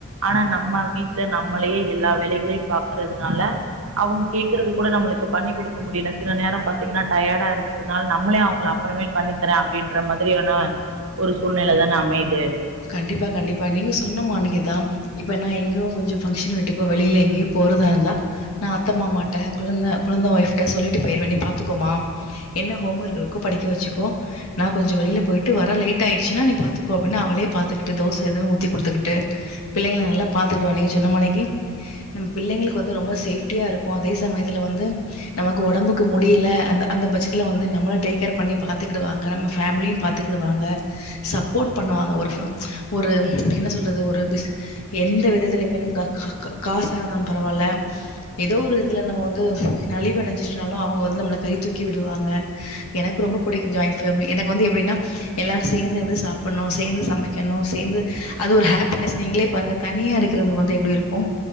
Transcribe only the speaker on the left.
கண்டிப்பா கண்டிப்பா நீங்க சொன்ன மானிகுத இப்ப என்ன இங்கேயு கொஞ்ச ஃபங்க்ஷன் வைக்ககோ வெளியில எங்கேயு போறதா இருந்தா நா அத்த மாமா ட்டே கொழுந்த கொழுந்த ஒய்ப் ட சொல்லிட்டு போயிருவே நீ பாத்துக்கோமா என்ன ஹோம் ஒர்க் இருக்கோ படிக்க வச்சுக்கோ நா கொஞ்ச வெளியிலே போயிட்டு வர லேட்ஆயிடுச்சுன நீ பாத்துகோ அப்டினு அவளே பாத்துகிட்டு தோசை எதுவு ஊத்தி குடுத்துகிட்டு பிள்ளைகளே நல்லா பாத்துகிருவா நீங்க சொன்ன மானிக்கு நம் பிள்ளைகளுக்கு வந்து ரெம்ப சேஃப்டியா இருக்கு அதே சமயத்துல வந்து நமக்கு உடம்புக்கு கு முடியல அந்த அந்த பட்ச சுதுல வந்து நம்மள டேக்கேர் பண்ணி பாத்துகிடுவாங்க நம்ம ஃபேமிலியு பாத்துக்கிடுவாங்க சப்போர்ட் பண்ணுவாங்க ஒரு ஒரு என்ன சொல்றது ஒரு பிஸ் எந்த விதத்துலயுமே ந கா காசா இருந்தாலு பரவால்ல ஏதோ ஒரு இதுல நம்ம வந்து நழிவு அடைஞ்ச்சுனாலு அவுங்க வந்து நம்மள கை தூக்கி விடுவாங்க எனக்கு ரொம்ப புடிக்கும் ஜாயின் ஃபேமிலி எனக்கு வந்து எப்டின்னா எல்லாரு சேந்து இருந்து சாப்டணு சேந்து சமைக்க கணு சேந்து அது ஒரு ஹாப்பினஸ் நீங்களே பாருங்க தனியா இருக்கறது வந்து எப்டி இருக்கு